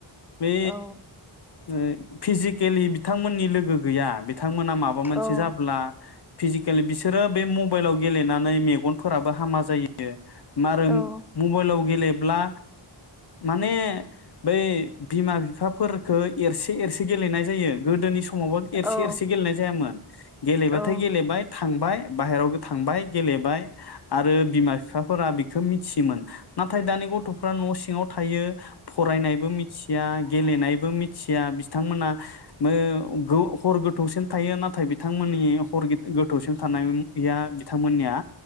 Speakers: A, on the left; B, in the centre.
A: बे
B: औ
A: ओ फिजिकेलि बिथांमोननि लोगो गैया बि थांमोना माबा मोनसे
B: औ
A: जाब्ला फिजिकेलि बिसोरो बे मबाइलाव गेलेनानै मेगनफोराबो हामा जायो। मारोम
B: औ
A: मबाइलाव गेलेब्ला माने बे बिमा बिफाफोरखौ एरसे एरसे गेलेनाय जायो गोदोनि स मावबा एरसे
B: औ
A: एरसे गेलेनाय जायामोन गेलेबाथाय
B: औ
A: बाय थांबाय बाहेरावबो थांबाय गेलेबाय आरो बिमा बिफाफोरा बेखौ मिथियोमोन। नाथाय दानि गथ'फ्रा न' सिङाव थायो फरायनायबो मिथिया गेलेनायबो मि थिया बिथांमोना मो गो हर गोथौसिन थायो नाथाय बिथांमोननि हर गे गोथौसिम थानायया बिथांमोननिया